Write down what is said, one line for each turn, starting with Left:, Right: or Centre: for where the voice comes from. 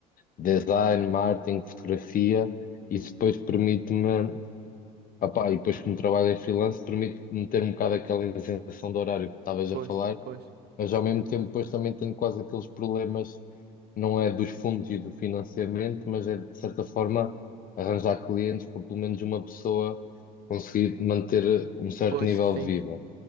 Left: de design, marketing, fotografia, isso depois permite-me, ah pá, e depois como trabalho em freelance, permite-me ter um bocado aquela isenção de horário que estavas
Right: pois,
Left: a falar
Right: pois,
Left: mas ao mesmo tempo depois também tenho quase aqueles problemas, não é dos fundos e do financiamento, mas é de certa forma arranjar clientes para pelo menos uma pessoa conseguir manter um certo
Right: pois,
Left: nível
Right: sim.
Left: de vida.